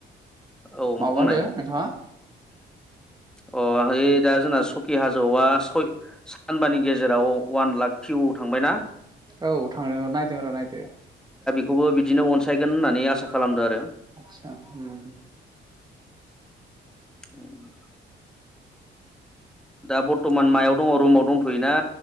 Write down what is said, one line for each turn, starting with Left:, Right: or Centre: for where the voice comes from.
Centre: औ
Right: माबा
Centre: बुंनाय
Right: होनदो नोंथाङा? <inaudible>
Centre: अ ओइ दा जोंना सकि हाजौआ सय सानबानि गेजेराव उवान लाख भिउ थांबायना?
Right: औ थांदों नायदों र' नायदो।
Centre: खौबो बिदिनो अनसायगोन होननानै आसा खालामदो आरो
Right: आतसा ओम
Centre: उम। दा बर्टमान मायाव दङ' रुमाव दंथ'योना